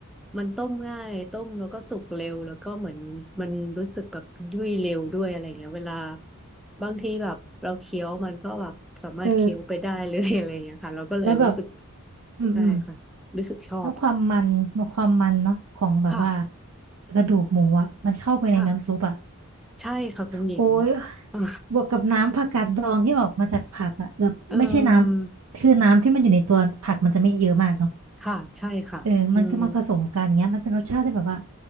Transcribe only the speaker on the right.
เออ
แล้วแบบอืมอืม
แล้วความมันความมันเนาะของแบบว่า
กระดูกหมูอ่ะมันเข้าไปในน้ำซุปอ่ะ
โอ้ย
บวกกับน้ำผักกาดดองที่ออกมาจากผักอะแบบไม่ใช่น้ำคือน้ำที่มันอยู่ในตัวผักมันจะไม่เยอะมากเนาะ
เออมันก็มาผสมกันอย่างเงี้ยมันเป็นรสชาติที่แบบว่า